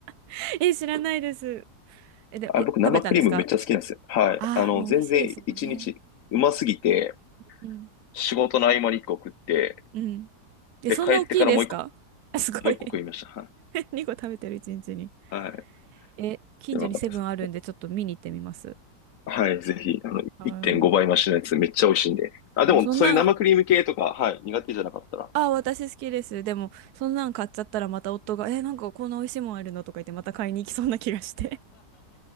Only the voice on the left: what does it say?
あ、
僕生クリームめっちゃ好きなんですよ。
はい。
あの、
全然1日うますぎて、
仕事の合間に1個食って、
で、
帰ってからもう1個、もう一個食いました。はい。
はい。
やばかったです。はい、ぜひ、あの、
1.5倍増しのやつめっちゃ美味しいんで。あ、
でも、そういう生クリーム系とか、はい、苦手じゃなかったら。